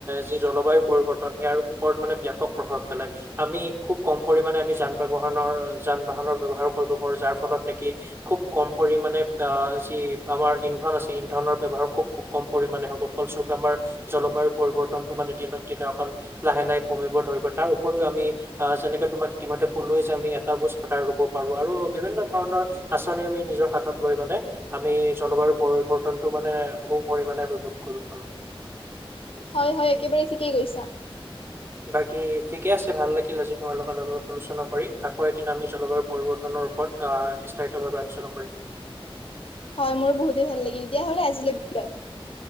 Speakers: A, on the right; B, on the left.
A: যি জলবায়ু। পৰিৱৰ্তন ইয়াৰ ওপৰত মানে ব্যাপক প্ৰভাৱ পেলায়, আমি খুব কম পৰিমণে আমি যান ব্যৱহৰণৰ। যান বাহনৰ ব্যৱহাৰ। কৰিব পাৰো যাৰ ফলত নেকি খুব কম পৰিমাণে আ যি আমাৰ ইন্ধন আছে ইন্ধনৰ ব্যৱ খুব কম পৰিমাণে হ'ব ফলস্বৰূপে আমাৰ জলবায়ু পৰিৱৰ্তনটো মানে দিনক দিনে অকণ লাহে লাহে। কমিব ধৰিব তাৰ উপৰিও আমি অ' যেনেকে তোমাক ইতিমধ্যে কলোয়ে যে আমি। কাগজ কতাই ৰুব পাৰো আৰু বিভিন্ন ধৰণৰ আচনি আমি নিজৰ হাতত লৈ মানে আমি জলবায় পৰিৱৰ্তনটো মানে বহু পৰিমানে আমি ৰোধ কৰিব পাৰো।
B: হয় হয় একেবাৰে ঠিকেই কৈছা।
A: বাকী ঠিকে আছে, ভাল লাগিল আজি তোমাৰ লগত অলপ আলোচনা কৰি আকৌ এদিন আমি জলবায়ু পৰিৱৰ্তনৰ ওপৰত বিস্তাৰিতভাৱে আলোচনা কৰিম।
B: হয় মোৰ বহুতেই ভাল লাগিল, দিয়া হ'লে আজিলৈ বিদায়।